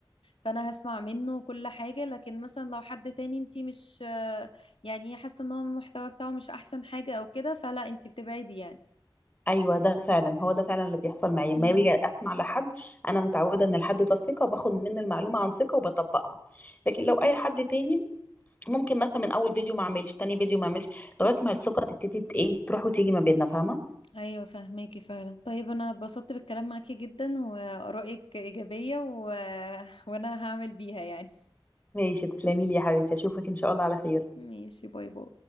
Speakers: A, on the left (about 85°); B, on the left (about 20°).
A: فانا هسمع منه كل حاجه لكن مثلا لو حد تاني انت مش يعني حاسه ان هو المحتوى بتاعه مش احسن حاجه او كده فلا انت بتبعدي يعني
B: ايوه ده فعلا هو ده فعلا اللي بيحصل معايا
A: مم.
B: لما باجي اسمع لحد انا متعودة ان الحد ده ثقة باخد منه المعلومة عن ثقة وبطبقها لكن لو اي حد تاني ممكن مثلا من اول فيديو ما اعملش تاني فيديو ما اعملش لغاية ما الثقة تبتدي ت- ايه تروح وتيجي ما بيننا فاهمة
A: ايوه فهماكي فعلا طيب انا اتبسطت بالكلام معاكي جدا وارائك ايجابيه و... وانا هعمل بيها يعني
B: ماشي تسلمي لي يا حبيبتي اشوفك ان شاء الله على خير
A: <laughs> ماشي باي باي